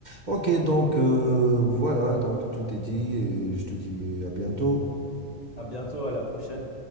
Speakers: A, on the right; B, on the left.
A: Ok, donc euh, voilà, donc tout est dit et je te dis à bientôt.
B: À bientôt, à la prochaine.